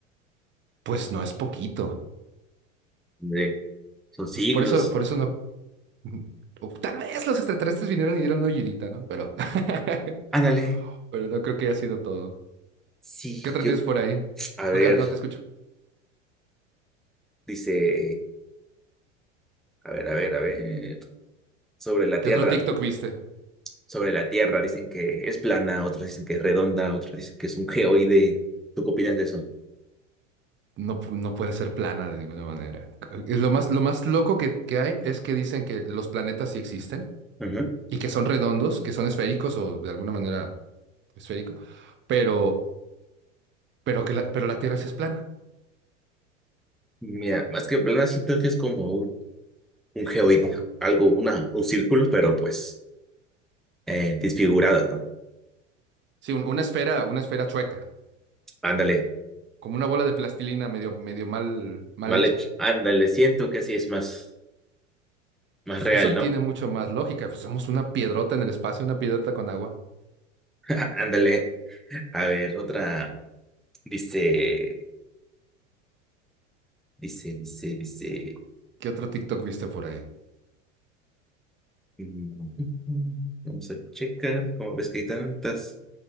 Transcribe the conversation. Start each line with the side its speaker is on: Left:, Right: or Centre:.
Right: pues no es poquito.
Centre: hombre, son siglos.
Right: Entonces, por eso, por eso no. mm, o tal vez los extraterrestres vinieron y dieron una ayudita, ¿no? Pero, <laughs>
Centre: Ándale.
Right: pero no creo que haya sido todo.
Centre: Sí,
Right: ¿Qué otra
Centre: yo.
Right: tienes por ahí?
Centre: A
Right: Ok,
Centre: ver,
Right: no te escucho.
Centre: dice. A ver, a ver, a ver. Sobre la
Right: ¿Qué
Centre: Tierra.
Right: otro TikTok viste?
Centre: Sobre la Tierra. Dicen que es plana, otros dicen que es redonda, otros dicen que es un geoide. ¿Tú qué opinas de eso?
Right: No, pu- no puede ser plana de ninguna manera. Es lo más, lo más loco que, que hay es que dicen que los planetas sí existen
Centre: Ujú.
Right: y que son redondos, que son esféricos o de alguna manera esférico, pero, pero que la, pero la Tierra sí es plana.
Centre: Mira, más que plana siento que es como un, un geoide. Algo, una, un círculo, pero pues eh, disfigurado, ¿no?
Right: Sí, un- una esfera, una esfera chueca,
Centre: Ándale,
Right: como una bola de plastilina medio, medio mal, mal
Centre: mal
Right: hecha.
Centre: hecho. Ándale, siento que así es más, más real,
Right: Eso tiene
Centre: ¿no?
Right: mucho más lógica. Pues somos una piedrota en el espacio, una piedrota con agua.
Centre: <laughs> Ándale. A ver, otra. Dice, dice, dice, dice.
Right: ¿Qué otro TikTok viste por ahí?
Centre: mm, Vamos a checar. ¿Cómo ves que hay tantas?